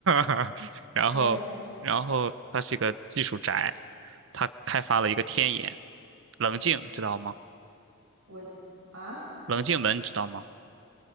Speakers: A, on the right; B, on the right.
A: <laughs> 然后然后他是一个技术宅，
B: ，OK，
A: 他开发了一个天眼，冷静知道吗？
B: 文啊，
A: 冷静门知道吗？